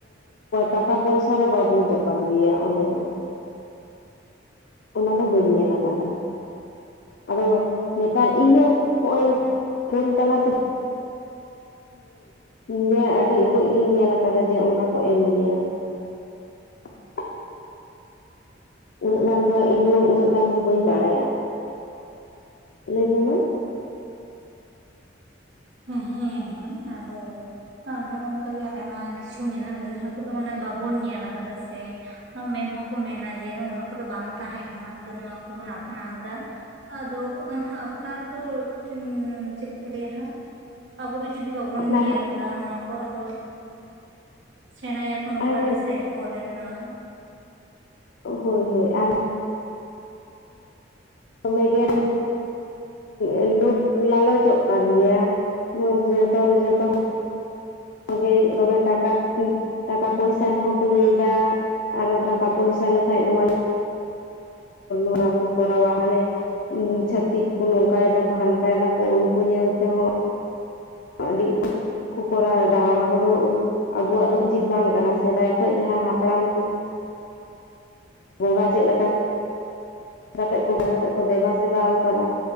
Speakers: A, on the left; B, on the right.
A: ᱴᱟᱠᱟ ᱯᱚᱭᱥᱟ ᱫᱚ ᱵᱟᱵᱚᱱ ᱪᱟᱯᱟᱫ ᱜᱮᱭᱟ ᱚᱸᱰᱮ ᱫᱚ ᱚᱱᱟ ᱫᱚ ᱵᱟᱹᱧ ᱧᱮᱞ ᱟᱠᱟᱫᱟ᱾ ᱟᱫᱚ ᱱᱮᱛᱟᱨ ᱤᱧ ᱦᱚᱸ ᱱᱚᱜ-ᱚᱭ ᱯᱷᱳᱱ ᱛᱟᱞᱟ ᱛᱮᱜᱮ ᱧᱮᱞ ᱟᱹᱰᱤ ᱚᱠᱚᱡ ᱜᱤᱧ ᱧᱮᱞ ᱟᱠᱟᱫᱟ ᱡᱮ, ᱚᱱᱠᱟ ᱠᱚ ᱮᱢ ᱜᱮᱭᱟ ᱾ <inaudible> ᱩᱱᱟᱹᱜ ᱜᱟᱱ ᱫᱚ ᱦᱟᱸᱜ ᱤᱧᱦᱚᱸ ᱩᱱᱟᱹᱜ ᱜᱟᱱ ᱫᱚ ᱵᱟᱹᱧ ᱵᱟᱲᱟᱭᱟ ᱾ ᱞᱟᱹᱭ ᱢᱮ ᱢᱟ?
B: ᱦᱮᱸ ᱦᱮᱸ ᱦᱮᱸ, ᱟᱫᱚ ᱚᱱᱮ ᱚᱱᱠᱟ ᱜᱮ ᱟᱭᱢᱟ ᱠᱤᱪᱷᱩ ᱢᱮᱱᱟᱜ-ᱟ, ᱡᱟᱦᱟᱸ ᱠᱚᱫᱚ ᱢᱟᱱᱮ ᱵᱟᱵᱚᱱ ᱧᱮᱞ ᱟᱠᱟᱫᱟ ᱥᱮ ᱾ ᱢᱮᱱ ᱦᱚᱸᱠᱚ ᱢᱮᱱᱟ ᱡᱮ, ᱱᱚᱜᱚ ᱱᱚᱣᱟ ᱠᱚᱫᱚ ᱵᱟᱝ ᱛᱟᱦᱮᱸ ᱠᱟᱱᱟ, ᱟᱫᱚ ᱱᱚᱣᱟ ᱠᱚᱵᱚᱱ ᱟᱯᱱᱟᱨ ᱮᱫᱟ ᱾ ᱟᱫᱚ ᱟᱯᱱᱟᱨ ᱫᱚ ᱪᱮᱫ ᱞᱟᱭ-ᱟ ᱦᱟᱸᱜ ᱟᱵᱚ ᱜᱮ ᱡᱩᱫᱤ ᱵᱟᱵᱚᱱ
A: ᱱᱟᱦᱟᱜ
B: ᱧᱮᱞ ᱞᱟ ᱚᱱᱟ ᱠᱚ ᱟᱫᱚ ᱥᱮᱬᱟᱭᱟᱠᱚ ᱱᱚᱝᱠᱟ
A: ᱟᱨ
B: ᱜᱮᱥᱮ ᱯᱚᱨᱮ ᱨᱮᱱᱟᱜ ᱾
A: ᱦᱳᱭ ᱦᱳᱭ ᱟᱨ ᱢᱮᱜ <unintelligible> <unintelligible> ᱮ ᱞᱩᱵᱷ ᱞᱟᱞᱚᱪᱚᱜ ᱠᱟᱱ ᱜᱮᱭᱟ, ᱡᱚᱛᱚ ᱡᱚᱛᱚ ᱟᱜᱮ ᱫᱚᱢᱮ ᱴᱟᱠᱟ ᱴᱟᱠᱟ ᱯᱚᱭᱥᱟᱹ ᱨᱮᱦᱚᱸ ᱠᱚ ᱞᱟᱹᱭᱮᱫᱟ ᱾ ᱟᱨᱚ ᱴᱟᱠᱟ ᱯᱚᱭᱥᱟᱹ ᱞᱮᱠᱷᱟᱡ ᱱᱚᱣᱟ ᱚᱱᱟᱵᱚᱱ ᱠᱚᱨᱟᱣᱟ ᱦᱟᱱᱮ ᱪᱷᱟᱛᱤᱠ ᱠᱚ ᱱᱚᱝᱠᱟᱭ ᱫᱟᱠᱚ ᱦᱟᱱᱠᱟᱭ ᱫᱟ ᱠᱚ ᱩᱱᱠᱩ ᱧᱮᱞ ᱛᱮᱦᱚᱸ, ᱟᱹᱰᱤ ᱠᱚ ᱠᱚᱨᱟᱣ ᱮᱫᱟ ᱚᱱᱟ ᱠᱚᱫᱚ ᱟᱵᱚᱣᱟᱜ ᱫᱚ ᱩᱪᱤᱛ ᱵᱟᱝ ᱠᱟᱱᱟ, ᱥᱮᱫᱟᱭ ᱠᱷᱚᱱ ᱡᱟᱦᱟᱸ ᱦᱟᱯᱲᱟᱢ ᱠᱚ ᱵᱚᱸᱜᱟ ᱪᱮᱫ ᱞᱮᱠᱟ? ᱠᱟᱛᱮ ᱠᱚ ᱠᱟᱛᱮ ᱠᱚ ᱫᱮᱵᱟ ᱥᱮᱵᱟᱣ ᱟᱠᱟᱫᱟ